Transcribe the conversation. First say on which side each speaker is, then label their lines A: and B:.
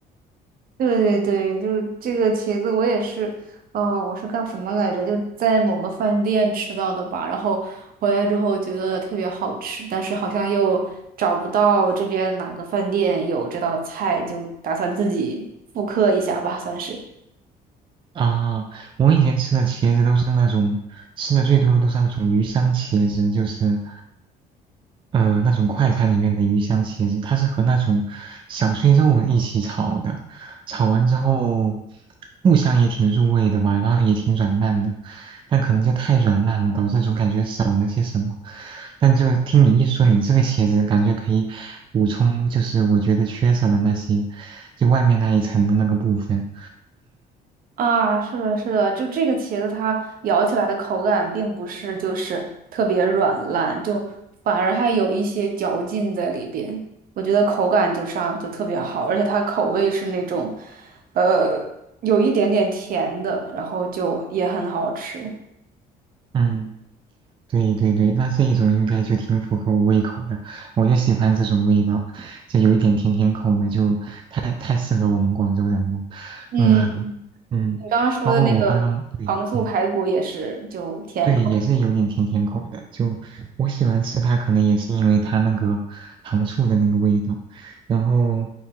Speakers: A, on the right (about 60°); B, on the right (about 30°).
A: 对对对，就是这个茄子，我也是，呃，我是干什么来着？就在某个饭店吃到的吧，然后回来之后觉得特别好吃，但是好像又找不到这边哪个饭店有这道菜，就打算自己复刻一下吧，算是。
B: 啊，我以前吃的茄子都是那种吃的最多的都是那种鱼香茄子，就是呃那种快餐里面的鱼香茄子，它是和那种小碎肉一起炒的，炒完之后木香也挺入味的吧，然后也挺软烂的，但可能就太软烂了，导致总感觉少了些什么。但就听你一说，你这个茄子感觉可以补充，就是我觉得缺少的那些，就外面那一层的那个部分，
A: 啊，是的，是的，就这个茄子它咬起来的口感并不是就是特别软烂，就反而还有一些嚼劲在里边。我觉得口感就上就特别好，而且它口味是那种，呃，有一点点甜的，然后就也很好吃。
B: 嗯。对对对，那这一种应该就挺符合我胃口的，我就喜欢这种味道，就有一点甜甜口的，就太太适合我们广州人了。
A: 嗯，
B: 嗯嗯，
A: 你刚刚说的那个糖醋排骨也是，
B: 包括我刚刚对嗯
A: 就甜口。
B: 对也是有点甜甜口的，就我喜欢吃它，可能也是因为它那个糖醋的那个味道，然后